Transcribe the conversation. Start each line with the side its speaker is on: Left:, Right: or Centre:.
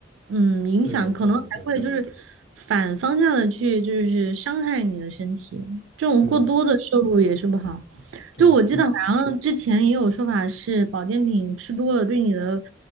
Right: 嗯，影响，
Left: 对的对的对的，
Right: 可能还会就是反方向的去就是伤害你的身体，这种过多的摄入也是不好。
Left: 对对，
Right: 就我记得好像之前也有说法是保健品吃多了对你的，
Left: 就是